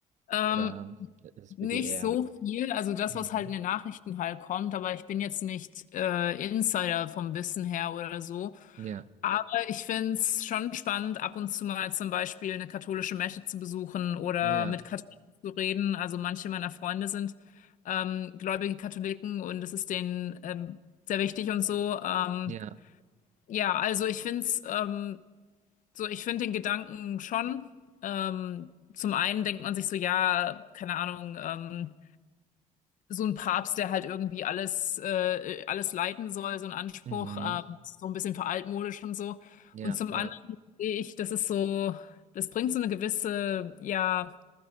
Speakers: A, on the left (about 65°); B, on the right (about 60°).
A: Ähm,
B: Oder ist es
A: nicht
B: bei dir eher.
A: so viel, also das,
B: Mhm.
A: was halt in den Nachrichten halt kommt, aber ich bin jetzt nicht äh, Insider vom Wissen her oder so.
B: Ja,
A: Aber ich find's schon spannend, ab und zu mal zum Beispiel eine katholische Messe zu besuchen oder
B: ja,
A: mit Katholiken zu reden. Also manche meiner Freunde sind ähm, gläubige Katholiken und es ist denen ähm, sehr wichtig und so. Ähm,
B: ja,
A: ja, also ich find's ähm, So, ich finde den Gedanken schon. Ähm, zum einen denkt man sich so, ja, keine Ahnung, ähm, so ein Papst, der halt irgendwie alles, äh, alles leiten soll, so ein Anspruch,
B: mhm,
A: ähm, ist so ein bisschen veraltmodisch und so.
B: ja,
A: Und zum
B: ja.
A: anderen sehe ich, das ist so, das bringt so eine gewisse, ja,